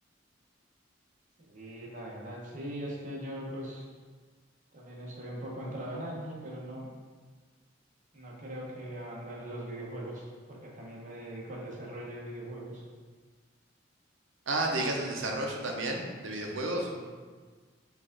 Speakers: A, on the right; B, on the right.
A: Sí, la verdad, sí, es que yo pues también estoy un poco entrado en años, pero no, no creo que abandone los videojuegos, porque también me dedico al desarrollo de videojuegos.
B: Ah, ¿te dedicas al desarrollo también de videojuegos?
A: Sí,